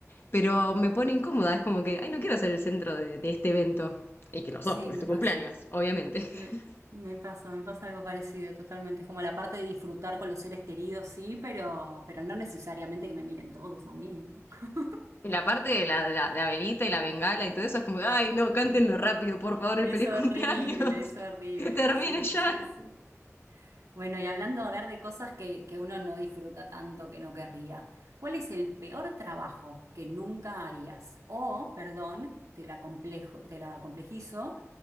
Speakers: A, on the left; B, on the right.
A: Pero me pone incómoda. Es como que, ay, no quiero ser el centro de, de este evento. Y que no
B: Sí,
A: sos, porque
B: me
A: es tu
B: pasa.
A: cumpleaños, obviamente. <laughs>
B: Me, me pasa, me pasa algo parecido, totalmente. Es como la parte de disfrutar con los seres queridos, sí, pero, pero no necesariamente que me miren todos a mí, ¿no? <laughs>
A: Y la parte de la, la- la velita y la bengala y todo eso es como, ay, no, cántenlo rápido, por favor,
B: Es
A: el feliz
B: horrible,
A: cumpleaños.
B: es
A: <laughs>
B: horrible.
A: Que termine
B: Sí,
A: ya.
B: sí, sí. Bueno, y hablando a ver de cosas que, que uno no disfruta tanto, que no querría, ¿cuál es el peor trabajo que nunca harías? O, perdón, te la complejo, te la complejizo,